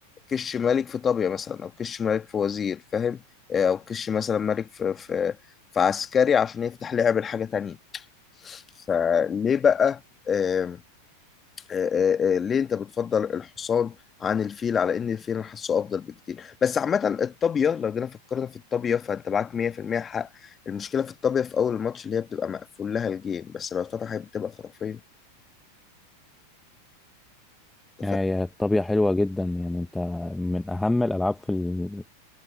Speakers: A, on the left; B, in the centre.
A: كش ملك في طابية مثلا أو كش ملك في وزير فاهم آه، أو كش مثلا ملك في في في عسكري عشان يفتح لعب لحاجة تانية فليه بقى آم، آه، آه، آه، ليه أنت بتفضل الحصان عن الفيل على إن الفيل أنا حاسه أفضل بكتير بس عامة الطابية لو جينا فكرنا في الطابية فأنت معاك 100% حق المشكلة في الطابية في أول الماتش اللي هي بتبقى مقفول لها الجيم بس لو اتفتحت بتبقى خرافية أنت
B: يعني هي الطابية حلوة جدا يعني انت من اهم الالعاب في ال...